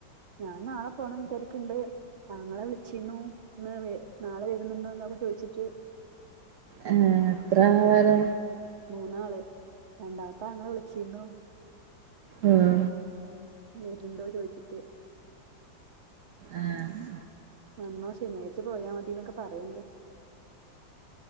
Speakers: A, on the right; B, on the right.
A: ഞാൻ നാളെ പോണം വിചാരിക്കണ്ട്, ആങ്ങള് വിളിച്ചിന്ന് ഇന്ന് വെ നാളെ വരുന്നുണ്ടേന്ന്. ഒക്കെ ചോദിച്ചിട്ട്.
B: ഏഹ് എത്രപേരാ
A: മൂന്നാള് രണ്ടാമത്തെ ആങ്ങള് വിളിച്ചിയിരുന്നു.
B: ആഹ്
A: വര്ണ്ടോ ചോയിച്ചിട്ട്
B: ആഹ്
A: വന്നോ. ശനിയാഴ്ച്ച പോയാ മതീന്നൊക്കെ പറയ്ണ്ട്.